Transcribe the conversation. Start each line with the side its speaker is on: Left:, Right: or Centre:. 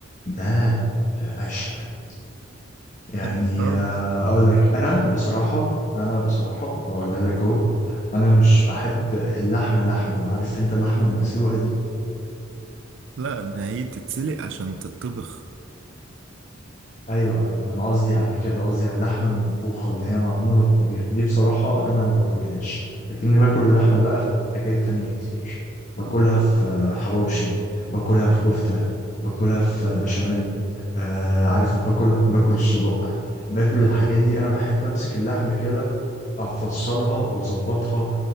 Left: ده عشق يعني
Right: تحب الطرب
Left: آه، اقول لك انا بصراحه انا بصراحه اقولها لك اهو انا مش بحب اللحمه لحمه عارف انت اللحمه المسلوقه دي
Right: لا إن هي تتسلق عشان تتطبخ
Left: ايوه إن انا قصدي على كده قصدي على اللحمه المطبوخه اللي هي معموله في طبيخ دي بصراحه انا ما باكلهاش لكني باكل اللحمه بقى في حاجات تانية كتير باكلها
Right: آه.
Left: في آه، حواوشي باكلها في كفته باكلها في آه، بشاميل آه عارف إنت، باكل باكل الصدق باكل الحاجات دي انا بحب امسك اللحمه كده افصلها واظبطها